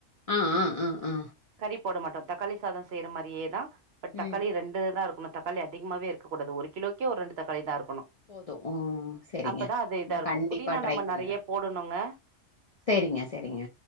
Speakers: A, on the left (about 55°); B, on the right (about 60°).
A: ஆ, ஆ, ஆ, ஆ.
B: கரிப் போட மாட்டோ தக்காளி சாதோ செய்ற மாரியே தா பட் தக்காளி
A: ம்.
B: ரெண்டு தா இருக் ஆமா தக்காளி அதிகமாகவே இருக்க கூடாது ஒரு கிலோக்கே ஒரு ரெண்டு தக்காளி தா இருக்கணு
A: போதும். ம். சரிங்க.
B: அப்பதா அது இதா
A: நான்
B: இருக்கு
A: கண்டிப்பா
B: புதினா
A: ட்ரை
B: நம்ம
A: பண்றேன்.
B: நெறைய போடணுங்க
A: சரிங்க, சரிங்க.